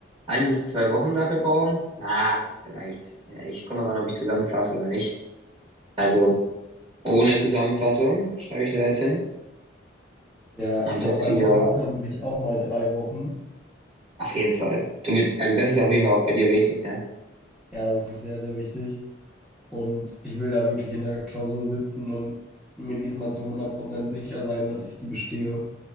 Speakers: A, on the right (about 25°); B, in the centre.
A: ein bis zwei Wochen dafür brauchen. Ah, vielleicht. Ja, ich komme aber an, ob ich zusammenfasse oder nicht. Also. Ohne Zusammenfassung schreibe ich da jetzt hin.
B: Ja,
A: Und
B: ich
A: das
B: glaube, bei
A: hier
B: mir in Mathe mache ich auch mal drei Wochen.
A: auf jeden Fall. Du willst, also das ist auf jeden Fall auch bei dir wichtig, ne?
B: Ja, das ist sehr, sehr wichtig. Und ich will da wirklich in der Klausur sitzen und mir diesmal zu 100% sicher sein, dass ich die bestehe,